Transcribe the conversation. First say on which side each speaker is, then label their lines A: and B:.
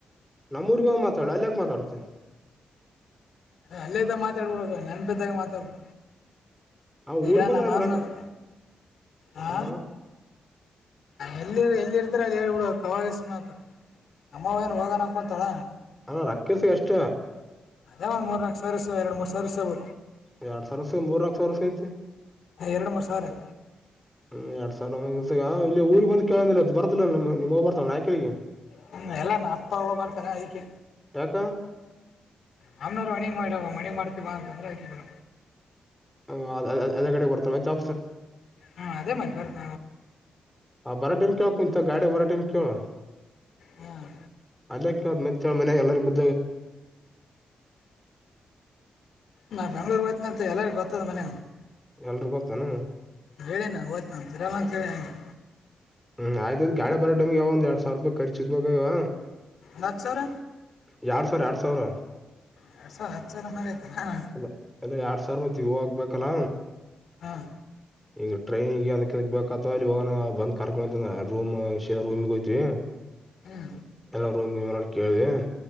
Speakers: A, in the centre; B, on the left (about 70°).
A: ನಮ್ಮೂರಿಗೆ ಹೋಗಿ ಮಾತಾಡು, ಅಲ್ಲಿ ಯಾಕ ಮಾತಾಡ್ತಿ?
B: ಅಲ್ಲೇ ಇದ್ದಾಗ ಮಾತಾಡಿ ಬಿಡ್ಬೇಕು, ನೆನಪಿದ್ದಾಗ ಮಾತಾಡ್ಬೇಕು.
A: ಆ
B: ಇದು
A: ಊರ್ ಬಂದ
B: ನಮ್ಮ ಮಾಮನ
A: ರಾಕ
B: ಊರು. ಹಾ?
A: ಆ
B: ಎಲ್ಲಿ ಎಲ್ಲಿ ಇರ್ತಾರೆ ಅಲ್ಲಿ ಹೇಳ್ಬಿಡುುವ ಕವಾಗಸತಾರೆ ಅಮ್ಮವ ಏನು ಹೋಗೋಣಕ್ಕೊತಾಳ
A: ಅಣ ರಾಕ್ಷಸ ಎಷ್ಟ
B: ಅದೇ ಒಂದ್ ಮೂರ್ ನಾಕಕ್ ಸರ್ಸ ಎರಡು ಮೂ ಸರ್ಸ ಬು
A: ಎರಡ್ ಸಾವಿರಸ ಮೂರ್ನಾಕ ಸಾವಿರಸ ಐತಿ
B: ಎರಡು ಮೂರು ಸಾವಿರ
A: ಹ್ಮ ಆ ಸಾಲ ಮ ಇಲ್ಲಿ ಊರಿಗೆಗ್ ಬಂದು ಕೇಳಿಲ್ಲ ಅದು ಬರ್ದಲ್ಲ ನಮ್ಮಮ್ ಹ್ ಬರ್ತಾವೆ ನಾ್ ಕಳಿಗೆ
B: ಹ್ಮ ಎಲ್ಲ ನ ಅಪ್ಪ ಹೋಗ ಬರ್ತಾರ ಅಯಕ್ಕೆ
A: ಯಾಕ
B: ನಮ್ನವರು ಮಣಿಗ್ ಮಾಡ್ಯವ ಮಣಿ ಮಾಡ್ತೀವಾ ಅಂತಂದ್ರೆ ಆಯತ ಬರ
A: ಹ ಎಲ್ಲ ಕಡೆ ಕೊಡ್ತ ಚಾ
B: ಹಾ ಅದೇ ಮನೆಪರತ್
A: ಹ ಬಾರಟೈಮ ಕವ ಕುಂಂತ ಗಾಡ ಬರಟೈಮ ಕವ
B: ಹ್ಮ್
A: ಅಲ್ಲ ಮ ಚ ಮನೆ ಎಲ್ಲ ಬ
B: ನಾ ಬೆಂಗ್ಳೂರ್ ಹೋಯ್ತನ ಅಂತ ಎಲ್ಲಗ ಗೊತ್ತದ ಮನ
A: ಎಲ್ರುೂ ಗೊತ್ತಾನ
B: ಹೇಳಿ ನಾನು ಓ್ತ ನಂತೀರಲ್ಲ ಅಂತೇಳಿ ನಂಗೆ
A: ಹ್ಮ್ಯ್ತ್ ಗಾಡಿ ಬೋ ಮಗೆಾವ ಒಂದ ಎರಡ್ ಸಾವಿರ ರಪಾಯ ಖರ್ಚುಗ್ಬಬೇಕವ
B: ನತ್ತು ಸರ್
A: ಎರಡ್ ಸಾವಿರ ಎರಡ್ ಸಾವಿರ
B: ಎರಡು ಸಾವಿರ ಹತ್ತು ಸಾವಿರ ಮೇಲೆ ಐತೆ ನಾನು
A: ಅ ಎಲ್ಲ ಎರಡ್ ಸಾವಿರ ಮತಿ ಹಗ್ಬೇಕಲ್ಲ
B: ಹಾಂ
A: ಇದು ಟ್ರೈನ್ಿಗೆ ಅದಕ್ಕೆ ಬೇಕತ್ ಇಲ್ಲಿ ಹೋಗ ಬಂದ್ ಕರ್ಕೊ ರೂಮ್ ಕೆಲ್ಲ ರೂಮ್ಗೆ ಹೋಯ್ತಿವಿ
B: ಹ್ಞೂ
A: ಎಲ್ಲ ರೂಮ್ಗೆಡ್ ಕೇಳವಿ